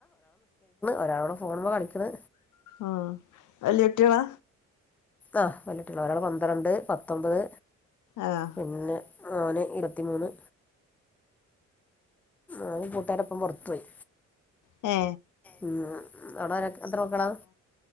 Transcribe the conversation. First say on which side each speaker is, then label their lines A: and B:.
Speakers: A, in the centre; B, on the left (about 75°).
A: ഒരാളോട് ഫോണുമ്മേ കളിക്കണ്
B: ആ വല്യ കുട്യോള
A: ആ വല്യട്ടിളാ ഒരാള് പന്ത്രണ്ട് പത്തൊമ്പത്
B: ആഹ്
A: പിന്നെ മോന് ഇരുപത്തി മൂന്ന് ആ കൂട്ടുകാരപ്പം പുറത്തുപോയി
B: ഏ
A: ഉം അവിടെ ഒര് എത്ര മക്കള